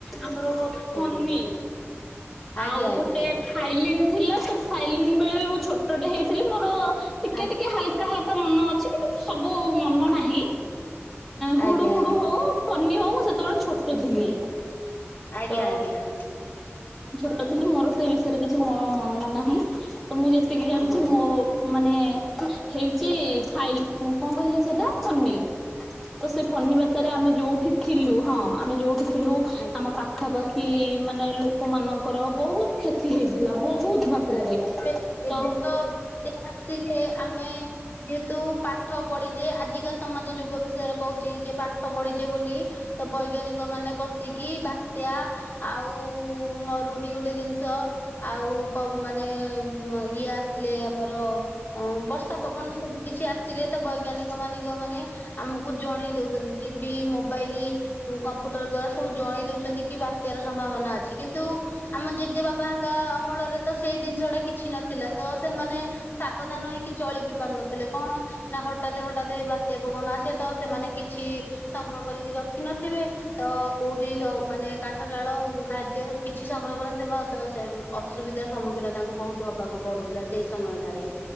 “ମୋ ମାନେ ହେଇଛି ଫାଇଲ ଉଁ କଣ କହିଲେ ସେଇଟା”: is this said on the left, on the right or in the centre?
Centre